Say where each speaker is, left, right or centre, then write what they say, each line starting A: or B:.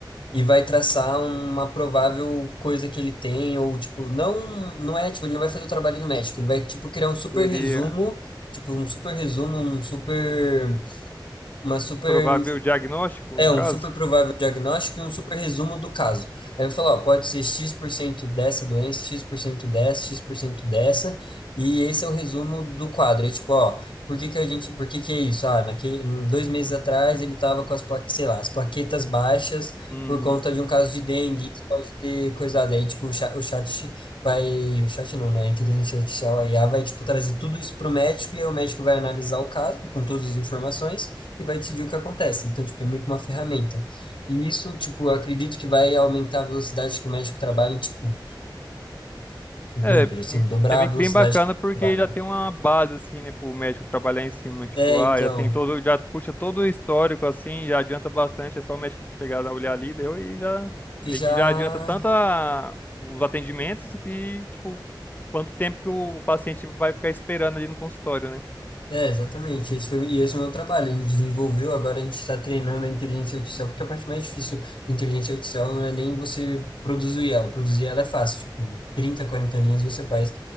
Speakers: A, on the left; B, on the left.
A: e vai traçar uma provável coisa que ele tem, ou tipo, não, não é, tipo, ele não vai fazer o trabalho do médico, ele vai, tipo, criar um super
B: seria
A: resumo, tipo, um super resumo, um super uma super
B: um provável diagnóstico,
A: é
B: no
A: um
B: caso.
A: super provável diagnóstico e um super resumo do caso. Aí eu falo, ó, pode ser X% dessa doença, X% dessa, X% dessa, e esse é o resumo do quadro. Aí, tipo, ó, por que que a gente, por que que é isso? Ah, naquele, dois meses atrás ele tava com as plaquetas, sei lá, as plaquetas baixas
B: Uhum.
A: por conta de um caso de dengue, isso pode ter coisado. Aí, tipo, o chat, o chat vai, o chat não, né? A inteligência artificial, a IA, vai, tipo, trazer tudo isso pro médico e aí o médico vai analisar o caso com todas as informações e vai decidir o que acontece. Então, tipo, é meio que uma ferramenta. E isso, tipo, eu acredito que vai aumentar a velocidade que o médico trabalha em, tipo, o dobro,
B: É,
A: assim, dobrar
B: é meio
A: a velocidade
B: que bem bacana
A: que ele
B: porque
A: trabalha.
B: já tem uma base, assim, né, pro médico trabalhar em cima. Tipo,
A: É,
B: ah,
A: então,
B: já tem todo, já puxa todo o histórico, assim, já adianta bastante. É só o médico pegar, dar olhar ali, deu e já,
A: e
B: meio
A: já
B: que já adianta tanto a- os atendimentos que, tipo, quanto tempo que o paciente vai ficar esperando ali no consultório, né?
A: É, exatamente. Esse foi, e esse é o meu trabalho. A gente desenvolveu, agora a gente está treinando a inteligência artificial, porque a parte mais difícil da inteligência artificial não é nem você produzir ela. Produzir ela é fácil, tipo, 30, 40 linhas você faz